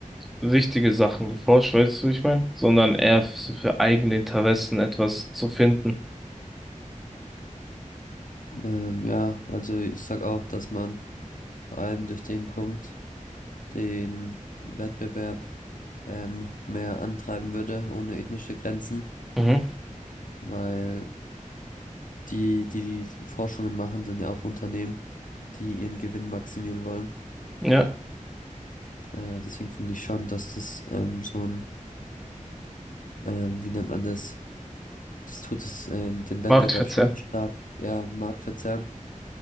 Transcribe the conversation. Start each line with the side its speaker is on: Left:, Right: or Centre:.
Centre: wichtige Sachen geforscht, weißt du, wie ich meine? Sondern eher so für eigene Interessen etwas zu finden.
Left: Ähm, ja, also ich sag auch, dass man vor allem durch den Punkt den Wettbewerb ähm, mehr antreiben würde, ohne ethnische Grenzen,
Centre: Mhm.
Left: weil die, die, die Forschungen machen, sind ja auch Unternehmen, die ihren Gewinn maximieren wollen.
Centre: Ja,
Left: Äh, deswegen finde ich schon, dass das ähm, so ein, ähm, wie nennt man das? Das tut es ähm, den Wettbewerb
Centre: Marktverzerr.
Left: schon stark, ja, Marktverzerren,